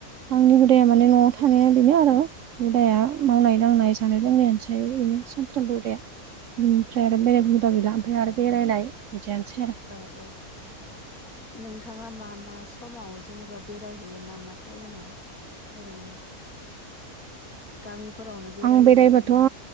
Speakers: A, on the right; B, on the left.
A: आंनि हुदाया माने न'आव थानाया बेनो आरो हुदाया मावनाय दांनाय जानाय लोंनायानोसै ओमफ्राय एनो सानफ्रामबो हुदाया बिनिफ्राय आरो बेलेग
B: नोंथां
A: हुदा गैला ओमफ्राय आरो बेरायनाय बिदियानोसै आरो
B: औ औ नोंथाङा मा मा समाव जेनेबा बेरायहैयो मा मा टाइमाव ओरैनो गामिफोरावनो बेरायो
A: आं बेरायबाथ'
B: ना